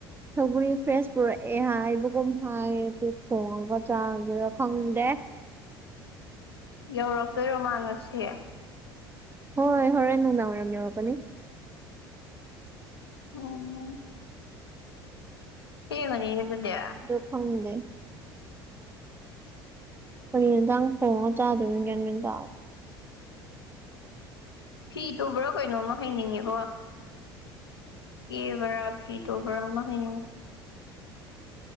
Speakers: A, on the right (about 15°); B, on the left (about 85°).
A: ꯊꯧꯕꯔꯤ ꯐ꯭ꯔꯦꯁ ꯄꯨꯔꯛꯑꯦ ꯍꯥꯏꯕꯒꯨꯝ ꯍꯥꯏ ꯑꯗꯨ ꯊꯣꯡꯉꯒ ꯆꯥꯒꯦꯔꯥ ꯈꯪꯗꯦ
B: ꯌꯧꯔꯛꯇꯣꯏꯔꯣ ꯃꯥꯡꯉꯁꯦ
A: ꯍꯣꯏ ꯍꯣꯔꯦꯟ ꯅꯨꯡꯗꯥꯡꯋꯥꯏꯔꯝ ꯌꯧꯔꯛꯀꯥꯅꯤ
B: ꯍꯨꯝ ꯍꯨꯝ ꯁꯤ ꯃꯅꯤ ꯌꯦ ꯑꯗꯨꯕꯨꯗꯦ
A: ꯗꯣꯈꯡꯗꯦ ꯍꯌꯦ ꯌꯦꯟꯖꯥꯡ ꯊꯣꯡꯉꯒ ꯆꯥꯗꯣꯏꯅꯒꯦ ꯃꯤꯦꯟ ꯇ
B: ꯐꯤ ꯇꯕ꯭ꯔꯣ ꯀꯩꯅꯣꯝꯃ ꯍꯩꯅꯤꯡꯉꯤꯕꯣ ꯑꯦꯕꯔꯕꯤ ꯇꯣꯕꯔ ꯍ